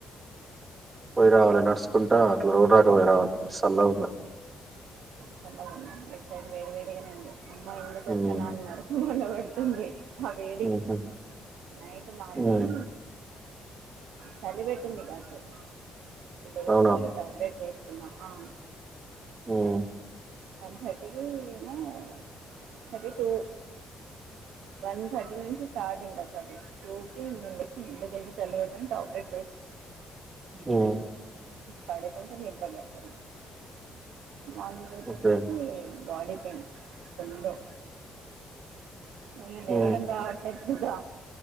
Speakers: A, on the right; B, on the right.
A: పోయి రావాలి నడుచుకుంటా అట్లా రోడ్ దాటి పోయి రావాలి చల్లగ ఉంది.
B: చల్లగుందా ఇట్ సైడ్ వేడి వేడిగానే ఉంది అమ్మా ఎందుకు వచ్చన
A: ఉమ్,
B: అన్నారు పడుతుంది ఆ వేడికి
A: ఉహు,
B: నైట్ మాత్రం
A: ఉమ్,
B: చలి పెట్టింది కాసేపు లేపి
A: అవునా
B: టాబ్లెట్ వేస్తున్నా అవున్
A: ఉ
B: వన్ థర్టీకిఏమో థర్టీ టూ వన్ థర్టీ నుంచి స్టాటైంది అసలు టూకి <inaudible> టాబ్లెట్
A: ఉమ్,
B: పడకుంటే నిద్ర పట్టలె బాటిల్స్ పెట్టేసరికి
A: ఓకే
B: బాడి పెయిన్స్ ఫుల్లు <inaudible>
A: ఉమ్,
B: రావట్లేదుగా